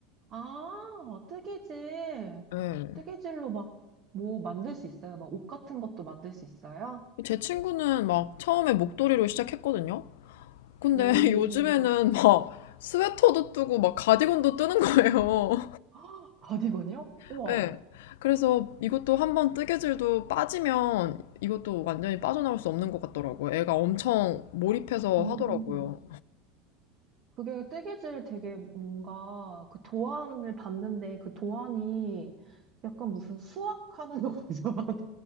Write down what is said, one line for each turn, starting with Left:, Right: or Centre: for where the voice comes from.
Right: 아, 뜨개질.
Left: 예.
Right: 뜨개질로 막 뭐 만들 수 있어요? 막 옷 같은 것도 만들 수 있어요?
Left: 제 친구는 막 처음에 목도리로 시작했거든요? 근데
Right: 오.
Left: <laughs> 요즘에는 막 스웨터도 뜨고 막 가디건도 뜨는 거예요.
Right: <gasps> 가디건이요?
Left: <laughs>
Right: 우와.
Left: 예. 그래서 이것도 한번 뜨개질도 빠지면 이것도 완전히 빠져나올 수 없는 것 같더라고요. 애가 엄청 몰입해서
Right: 음.
Left: 하더라고요.
Right: 그게 뜨개질 되게 뭔가 그 도안을 봤는데 그 도안이 약간 무슨 수학하는 <laughs> 것처럼